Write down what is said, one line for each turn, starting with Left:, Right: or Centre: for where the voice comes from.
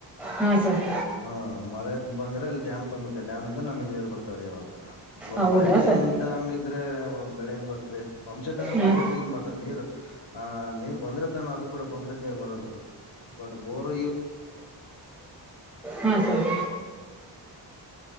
Centre: ಹಾ ಸರ್
Left: ಹಾ ಮಳೆ ಬಂದ್ರೆ ಅಲ್ಲಿ ಡ್ಯಾಮ್ ತುಂಬುತ್ತೆ ಡ್ಯಾಮ್ಂದ ನಮಿ ನೀರ್ ಬರ್ತಾರೆ ಯಾವಾಗ ಬಟ್
Centre: ಹೌದಾ
Left: ಮಳೆನೇ
Centre: ಸರ್
Left: ಇಲ್ದ ಹಂಗಿದ್ರೆ ಬೆಳೆ ಹಂಗ್ ಬರ್ತ್ರಿ ಪಂಪ್ಸೆಟ್ ಅಂದ್ರೆ
Centre: ಹಾಂ
Left: ಪಂಪ್ಸೆಟ್ ಎಲ್ಲಿ ಬರ್ತಾರೆ ನೀರ್ ಆ್ ನೀರ್ ಬಂದ್ರೆ ತಾನ ಅದಕ್ ಕೂಡ ಪಂಪ್ಸೆಟ್ ನೀರ್ ಬರೋದು ಬಟ್ ಬೋರ್ ಇ
Centre: ಹಾ ಸರ್